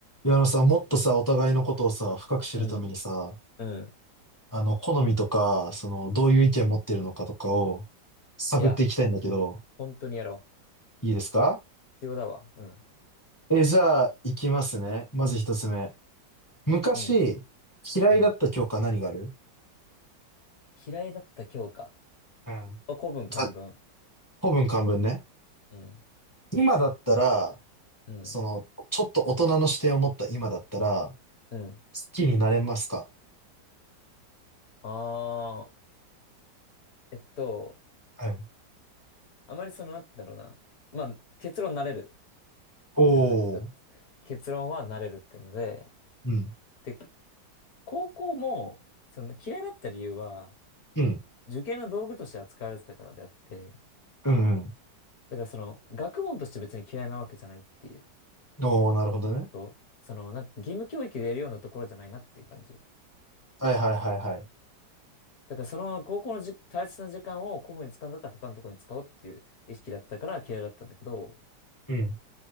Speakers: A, on the left; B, on the left.
A: いや、あのさ、もっとさ、お互いのことをさ、深く知るためにさ、
B: うん、うん。
A: あの、好みとか、その、どういう意見を持ってるのかとかを探っていきたいんだけど、
B: いや、本当にやろう。
A: いいですか
B: 必要だわ。うん、
A: え、じゃあ、いきますね。まず一つ目。昔、
B: うん、
A: 嫌いだった教科何がある
B: うん。嫌いだった教科。
A: うん。
B: あ、古文、漢文。
A: じゃあ、古文漢文ね。
B: うん、
A: 今だったら、
B: うん、
A: その、ちょっと大人の視点を持った今だったら、
B: うん。
A: 好きになれますか
B: あー、えっと、
A: うん。
B: あまりその、なんて言うんだろうな。まあ、結論なれる
A: おー。
B: っていうのが一つ。結論はなれるっていうので、
A: うん。
B: で、高校も、その嫌いだった理由は、
A: うん。
B: 受験の道具として扱われてたからであって、
A: うんうん。
B: だからその、学問として別に嫌いなわけじゃないっていう。
A: おー、なるほどね。
B: こと、その、なんか義務教育でやるようなところじゃないなっていう感じ。
A: はいはいはいはい。
B: だからその高校のじ、大切な時間を公務に使うんだったら他のところに使おうっていう意識だったから嫌いだったんだけど、
A: うん